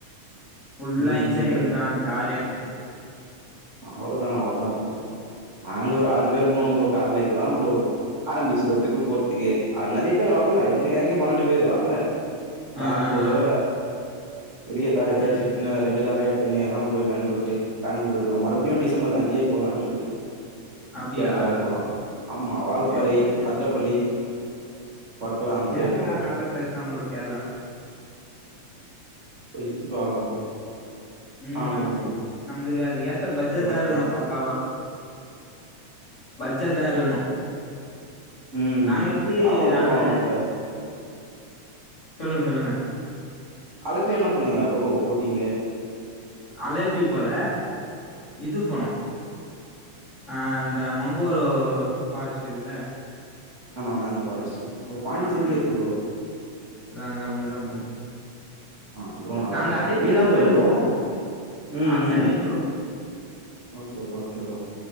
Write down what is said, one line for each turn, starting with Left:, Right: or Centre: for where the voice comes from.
Left: ஃபுல்லா
Right: ம்
Left: என்ஜாய்மன்தா
Right: ம் ரைட்
Left: ஜாலியா இந்தது
Right: அவ்ளோதா அவ்ளோதா ப்ரோ நாங்க ஒரு ஆறு பேர் போனோ ப்ரோ கார்ல இப்பதா ப்ரோ ஆரம்பிச்சு ப்ரோ ட்ரிப்பு போர்த்துக்கு நெறைய பேர் வர்ல எங்க கேங்கே பன்னண்டு பேரு வர்ல
Left: ஆ
Right: நா
Left: ஆ
Right: அடுத்த திரவ
Left: ஆ
Right: பெரிய கார் எதாச்சு
Left: ம்
Right: எட்த்துனு ரெண்டு காரா எட்த் துனு எல்லாம் போயில்லான் சொல்ட்டு பிளான் போட்டுட்ருக்கோ மறுபடியு டிசம்பருக்கு அங்கியே போலான் சொல்ட்டு
Left: அப்டியா
Right: கேரளாவே போலா ஆம்மா வால்பாறை
Left: சரி ப்ரோ சரி
Right: அதிரப்பள்ளி
Left: ப்ரோ
Right: ஒர்க்குலா அந்த
Left: கேரளா
Right: சைடு போலான்
Left: நல்ல
Right: சொல்ட்டு
Left: பிளேஸ் தா ப்ரோ கேரளா
Right: போய் சுத்தி பாக்கலா ப்ரோ
Left: உம்
Right: ஆ
Left: ஆமா
Right: சொல்லுங்க, சொல்லுங்க.
Left: நம்ளுக்கு அது ஏத்த பட்ஜட்தா
Right: அது ஒர்த்
Left: இருக்கணு
Right: தான் ப்ரோ.
Left: பக்காவா பச்சத்தா இருக்கணு
Right: ம்.
Left: நாங்க எப்டி
Right: பரவால்ல
Left: நாங்க
Right: ப்ரோ பட்ஜ்
Left: சொல்லுங்க சொல்லுங்க
Right: அலப்பி எங்னா போனீங்ளா ப்ரோ போட்டிங்கு
Left: அலப்பி போல இதுகு போனோ அ இந்த மங்கோரோ பாரஸ்ட்டு இருக்குல
Right: ஆமா மேங்கோ ஃபாரஸ்ட்டு அது பாண்டிச்சேரியிலயே
Left: ஆ அங்க
Right: இருக்கு ப்ரோ
Left: அங்க அவங்கதா போனோ
Right: ஆ அதுவு நல்லா
Left: நாங்க
Right: இருக்கு
Left: அலைப்பி
Right: நீங்க
Left: தா
Right: எந்த
Left: போயிருப்போ
Right: ஊரு ப்ரோ ம்
Left: ஆ Chennai
Right: ம்
Left: bro
Right: okay okay bro